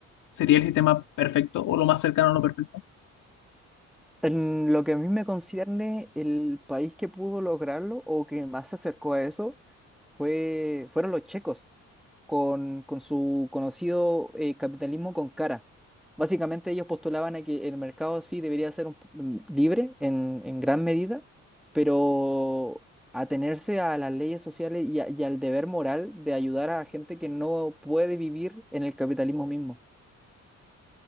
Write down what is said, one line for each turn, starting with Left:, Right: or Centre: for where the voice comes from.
Left: sería el sistema perfecto o lo más cercano a lo perfecto.
Centre: En lo que a mí me concierne, el país que pudo lograrlo o que más se acercó a eso fue, fueron los checos, con, con su conocido eh, capitalismo con cara. Básicamente ellos postulaban a que el mercado sí debería ser un p- mm, libre en, en gran medida, pero atenerse a las leyes sociales y, a- y al deber moral de ayudar a gente que no puede vivir en el capitalismo mismo.